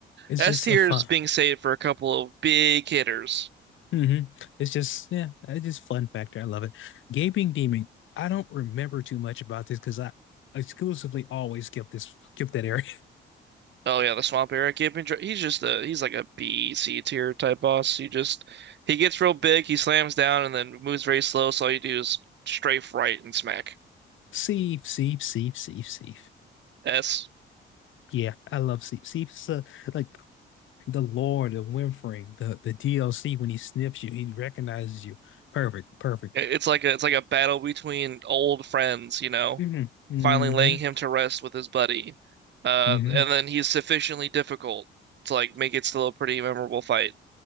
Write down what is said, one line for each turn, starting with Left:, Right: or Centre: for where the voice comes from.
Left: It's
Right: S
Left: just
Right: tier
Left: a fun.
Right: is being saved for a couple of big hitters.
Left: hmm It's just yeah, it's just fun factor. I love it. Gaping Demon. I don't remember too much about this because I exclusively always skip this skip that area. <laughs>
Right: Oh yeah, the swamp area keeping. He's just a he's like a B C tier type boss. He just he gets real big, he slams down, and then moves very slow. So all you do is strafe right and smack
Left: Seif, Seif, Seif, Seif, Seif.
Right: S.
Left: Yeah, I love Seif. Seif's uh, like the Lord of Winfring, the the DLC when he sniffs you, he recognizes you. Perfect, perfect.
Right: It- It's like a it's like a battle between old friends, you know,
Left: hmm hmm
Right: finally laying him to rest with his buddy. Uh,
Left: hmm
Right: and then he's sufficiently difficult to like make it still a pretty memorable fight.